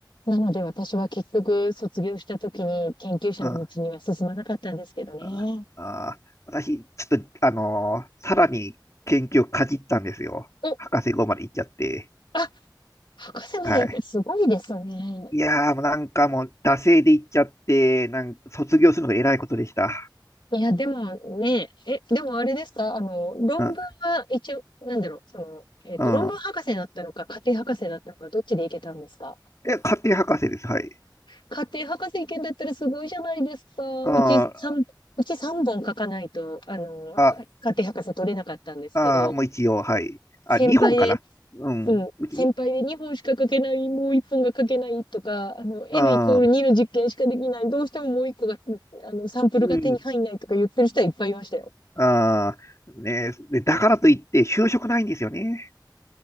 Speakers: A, on the left; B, on the left.
A: なので私は結局卒業した時に研究者の道には進まなかったんですけどね。
B: ああ、あ、私、ちょっと、あのーさらに研究をかじったんですよ。
A: お、
B: 博士号まで行っちゃって。
A: あ、博士まで行ってすごいですね。
B: はい。いやー、もうなんかもう、惰性で行っちゃって、なんか卒業するのが偉いことでした。
A: いや、でもね、え、でもあれですかあの、論文は一応、
B: うん、
A: なんだろう、その、えっと、
B: うん。
A: 論文博士だったのか、家庭博士だったのか、どっちで行けたんですか
B: え、家庭博士です。はい。
A: 家庭博士行けんだったらすごいじゃないですか。
B: あー
A: うち3、うち3本書かないと、あの、
B: あ、
A: か家庭博士取れなかったんですけど、
B: あー、もう一応、はい。あ、
A: 先輩で、
B: 日本かな。うん。
A: うん、
B: うち
A: 先輩で2本しか書けない、もう1本が書けないとか、あの、N
B: ああ、
A: イコール2の実験しかできない、どうしてももう1個が、あの、サンプルが手に入んないとか言ってる人はいっぱいいましたよ。
B: うん、ああ、ねで、だからといって、就職ないんですよね、